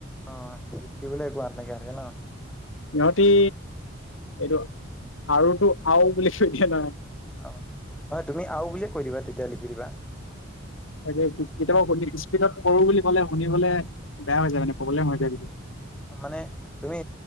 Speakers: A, in the centre; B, on the left.
A: অহ লিখিবলে একো আট নাইকিয়া হয় থাকে ন
B: সিহঁতি এইটো আৰুটো আও বুলি কৈ দিয়া ন।
A: অহ হয় তুমি আও বুলিয়ে কৈ দিবা তেতিয়া লিখি দিবা।
B: তাকে কেতিয়াবা সুধি স্পীডত কৰো বুলি
A: অ
B: ক'লে শুনিবলে বেয়া হৈ যায় মানে প্ৰব্লেম হৈ যায়।
A: অ মানে তুমি